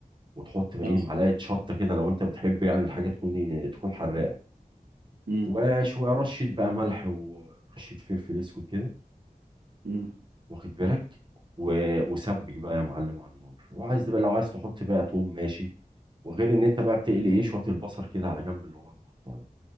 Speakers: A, on the right (about 30°); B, on the right (about 75°).
A: وتحط بقى
B: اه
A: ايه معلقه شطه كده لو انت بتحب يعني الحاجه تكون إيه، تكون حراقه
B: امم
A: وشويه رشه بقى ملح ورشه فلفل اسود كده
B: امم
A: واخد بالك و... وسبك بقى يا معلم على النار وعايز بقى لو عايز تحط بقى توم ماشي وغير ان انت بقى بتقلي ايه شويه البصل كده على جنب اللي هو المقطع ده